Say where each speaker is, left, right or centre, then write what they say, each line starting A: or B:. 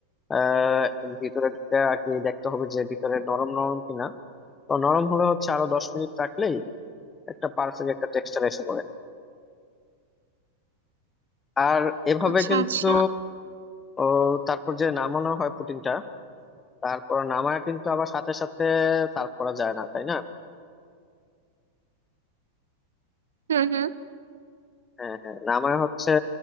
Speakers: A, on the left; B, on the right.
A: আহ ভিতরে ঢুকে আর কি দেখতে হবে যে ভিতরে নরম নরম কিনা তো নরম হলে হচ্ছে আরো দশ মিনিট রাখলেই একটা পারফেক্ট একটা টেক্সচার এসে পড়ে আর এভাবে
B: আচ্ছা
A: কিন্তু
B: আচ্ছা
A: ও, তারপর যে নামানো হয় পুটিংটা তারপর নামায় কিন্তু আবার সাথে সাথে সার্ভ করা যায় না তাই না
B: হুম হুম
A: হ্যাঁ হ্যাঁ নামায় হচ্ছে